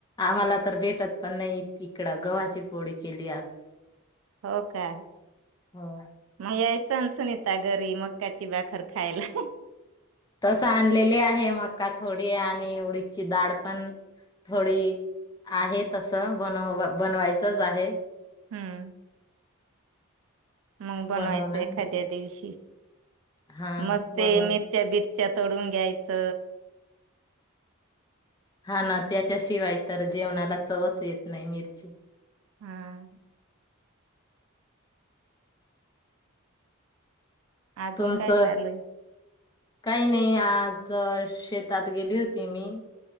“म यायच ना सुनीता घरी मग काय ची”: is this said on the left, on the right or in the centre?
Right